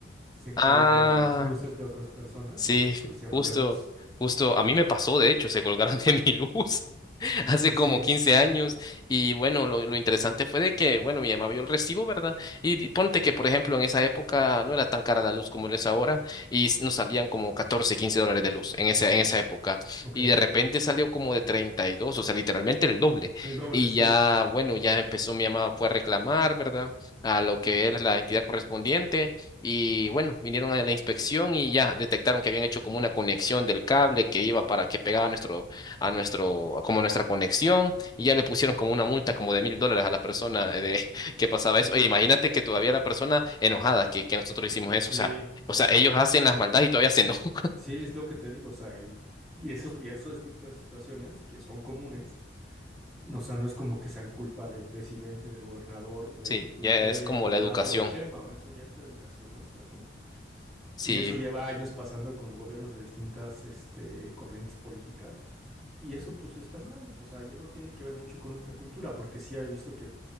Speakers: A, in the centre; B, on the left.
A: se cuelga
B: Ah,
A: de las luces de otras personas
B: sí,
A: y esas cosas se llaman
B: justo,
A: diablitos.
B: justo, a mí me pasó, de hecho, se colgaron <laughs> de mi luz. <laughs>
A: Sí,
B: hace
A: sí,
B: como
A: sí.
B: 15 años. Y bueno, lo, lo interesante fue de que, bueno, mi mamá vio el recibo, ¿verdad? Y di- ponte que, por ejemplo, en esa época no era tan cara la luz como lo es ahora y s- nos salían como 14 15 dólares de luz en esa, en esa época.
A: Ok.
B: Y de repente salió como de treinta y dos o sea, literalmente el doble.
A: El doble,
B: Y
A: sí.
B: ya, bueno, ya empezó mi mamá, fue a reclamar, ¿verdad? A lo que es la entidad correspondiente. Y bueno, vinieron a la inspección y ya detectaron que habían hecho como una conexión del cable que iba para que pegaba nuestro a nuestro, como nuestra conexión, y ya le pusieron como una multa como de mil dólares a la persona eh, de <laughs> que pasaba
A: Sí,
B: eso. Oye, imagínate que todavía la persona enojada que, que nosotros hicimos eso,
A: sí.
B: o sea, o
A: O
B: sea,
A: sea,
B: ellos hacen las maldades y todavía se enojan. <laughs>
A: Sí, es lo que te digo, o sea, y, y esos, y esos tipos de situaciones que son comunes, no, o sea, no es como que sean culpa del presidente, del gobernador, de
B: Sí,
A: Bukele
B: ya es como
A: en tu
B: la
A: caso,
B: educación.
A: o de Sheinbaum, eso ya es la educación nuestra, ¿no?
B: Sí.
A: Y eso lleva años pasando con gobiernos de distintas, este, corrientes políticas, y eso pues está mal, o sea, y eso tiene que ver mucho con nuestra cultura, porque sí he visto que, o